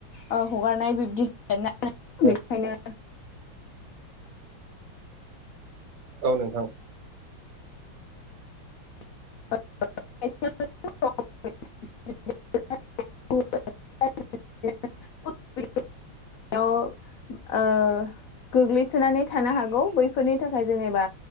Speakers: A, on the left; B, on the right.
A: ओ हगारनाय बिबदि जायो <unintelligible> बेखायनो
B: औ औ नोंथां।
A: <unintelligible> <unintelligible> ओ गोग्लैसोनानै थानो हागौ बैफोरनि थाखाय जेनेबा